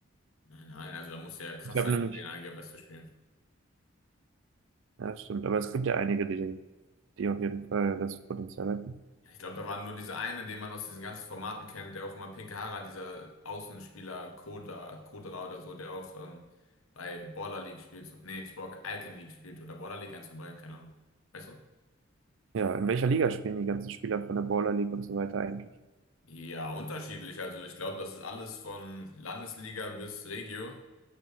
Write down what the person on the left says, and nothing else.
Nein, nein, also da muss ja krass
sein,
um Regionalliga West zu spielen.
Ja, Ich glaube, da war nur dieser eine, den man aus diesen ganzen Formaten kennt, der auch immer pinke Haare hat, dieser Außenspieler Koda, Kodra oder so, der auch ähm, bei Baller League spielt. so, Nee, nicht Baller, Alken League spielt oder Baller League 1 vorbei, keine Ahnung. Weißt du?
Ja, unterschiedlich. Also ich glaube, das ist alles von Landesliga bis Regio.